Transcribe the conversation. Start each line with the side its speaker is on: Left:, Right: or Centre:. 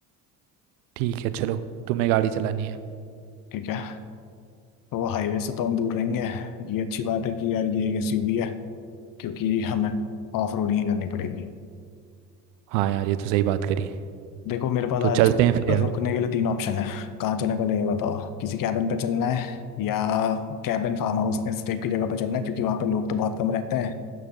Right: ठीक है चलो तुम्हें गाड़ी चलानी है
Left: ठीक है तो वो हाईवे से तो हम दूर रहेंगे ये अच्छी बात है कि यार ये एक एसयूवी है क्योंकि हमें ऑफ रोडिंग ही करनी पड़ेगी
Right: हाँ यार ये तो सही बात करी
Left: देखो मेरे पास
Right: तो चलते हैं फिर
Left: आज
Right: यार
Left: रुकने के लिए तीन ऑप्शन है कहाँ चलने पहले ये बताओ किसी कैबिन पे चलना है या कैबिन फार्म हाउस स्टे की जगह पे चलना है क्योंकि वहाँ पे लोग तो बहुत कम रहते हैं